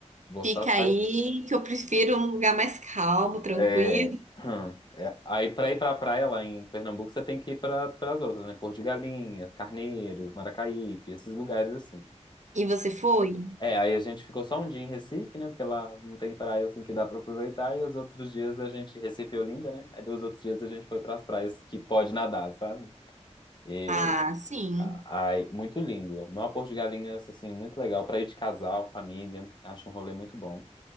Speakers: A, on the left (about 40°); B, on the right (about 85°).
A: vou
B: Fica
A: só ficar
B: aí
A: aqui.
B: que eu prefiro um lugar mais calmo, tranquilo.
A: É, <clears throat> é, aí pra ir pra praia lá em Pernambuco, você tem que ir para as outras, né? Porto de Galinhas, Carneiros, Maracaípe, esses lugares assim.
B: E você foi?
A: É, aí a gente ficou só um dia em Recife, né? Porque lá não tem praia assim que dá pra aproveitar. E os outros dias a gente, Recife e Olinda, né? Aí os outros dias a gente foi pras praias que pode nadar, sabe? E
B: Ah, sim.
A: a- aí, muito lindo. uma Porto de Galinhas, assim, muito legal pra ir de casal, família. Acho um rolê muito bom.